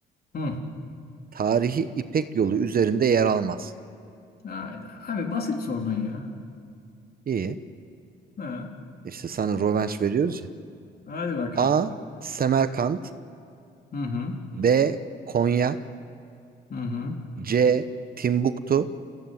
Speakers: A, on the left; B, on the right.
A: Hı.
B: tarihi İpek Yolu üzerinde yer almaz?
A: Haydi. Abi basit sordun ya.
B: İyi.
A: Ha.
B: İşte sana rövanş veriyoruz
A: Haydi bakalım.
B: A. Semerkant
A: Hı hı.
B: B. Konya
A: Hı hı.
B: C. Timbuktu